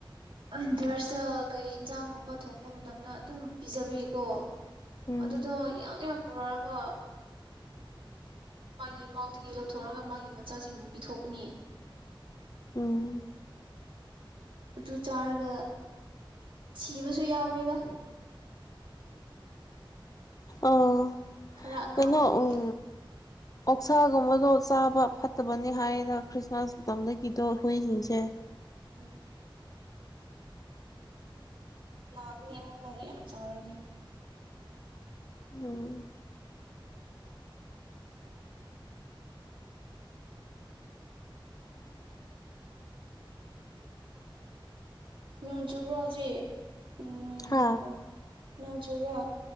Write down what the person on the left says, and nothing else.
ꯎꯝ
ꯎꯝ
ꯑꯥ
ꯀꯩꯅꯣ
ꯎꯝ ꯑꯣꯛꯁꯥꯒꯨꯝꯕꯗꯣ ꯆꯥꯕ ꯐꯠꯇꯕꯅꯤ ꯍꯥꯏꯌꯦꯅ ꯈ꯭ꯔꯤꯁꯃꯥꯁ ꯃꯇꯝꯗꯒꯤꯗꯣ ꯍꯨꯏꯁꯤꯡꯁꯦ
ꯎꯝ
ꯍꯥ